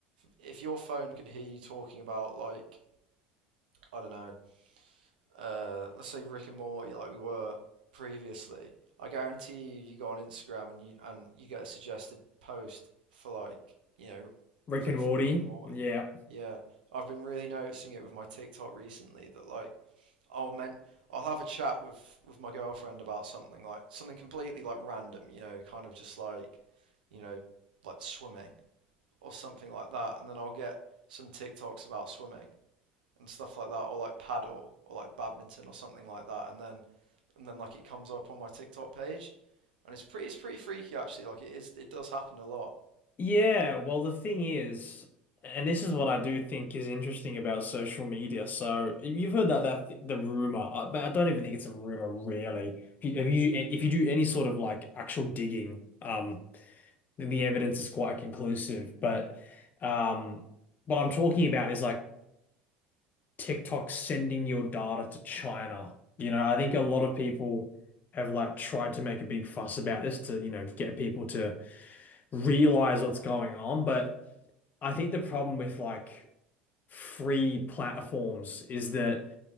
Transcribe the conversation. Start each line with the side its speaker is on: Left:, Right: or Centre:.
Right: if your phone could hear you talking about like I don't know uh, let's say Rick and Morty, like we were previously, I guarantee you, you go on Instagram and you and you get a suggested post for like, you know,
Left: Rick
Right: clip
Left: and Morty.
Right: from Rick and Morty.
Left: Yeah.
Right: Yeah, I've been really noticing it with my TikTok recently that like I'll meant I'll have a chat with with my girlfriend about something like something completely like random, you know, kind of just like, you know, like swimming or something like that, and then I'll get some TikToks about swimming and stuff like that, or like paddle or like badminton or something like that, and then and then like it comes up on my TikTok page, and it's pretty it's pretty freaky actually. Like it is it does happen a lot.
Left: Yeah, well, the thing is, and this is what I do think is interesting about social media. So you've heard that that th the rumor, uh, but I don't even think it's a rumor, really. If you, if you if you do any sort of like actual digging, um, then the evidence is quite conclusive. But um, what I'm talking about is like TikTok sending your data to China. You know, I think a lot of people have like tried to make a big fuss about this to, you know, get people to realize what's going on, but. I think the problem with like free platforms is that